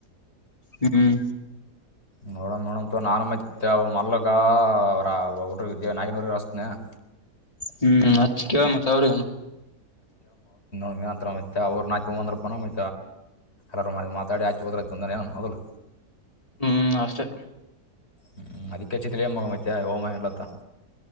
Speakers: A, on the left; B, on the left.
A: ಹ್ಮ್
B: ನೋಡಮ್ ನೋಡಮ ನಾನ ಮತ್ತೆ ಮಲ್ಲಗ ಅವರ್ ಹುಡುಗ <unintelligible> ನಾಗ್ಯಾನವರಿಗೆ ಹಚ್ಚುತಿನಿ ನ <unintelligible>
A: ಹ್ಮ್ ಅಚ್ಚ ಕೇಳ ಮತ್ತ ಅವರಿಗಿನೂ
B: ನಂತ್ರ ಮತ್ತ ಅವ್ರ ನಾಯುಂದನ ಮ ಎಲ್ಲ ಮಾತಾಡಿ ಆಯತು ಹೋದ್ರಯಂದ ಏನ ಹದ <unintelligible>
A: ಹ್ಮ್ ಅಷ್ಟೇ
B: ಹ್ಮ್ ಅದಿಕ್ಕೆ ಅಚ್ಚಿದ್ದೆ <unintelligible> ಮತ್ಯಾ ಹೋಗಮ ಏನ್ ಇಲ್ಲ ಅಂತ